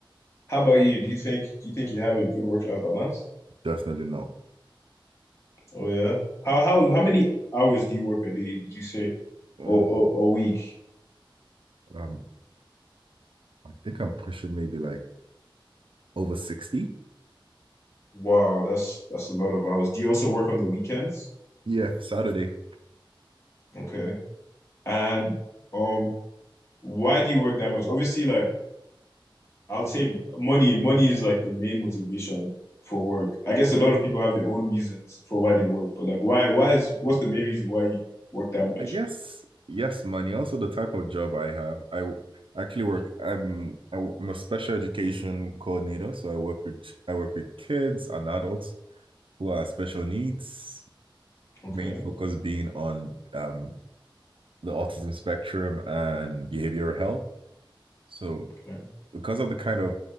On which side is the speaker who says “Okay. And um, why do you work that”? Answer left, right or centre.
Left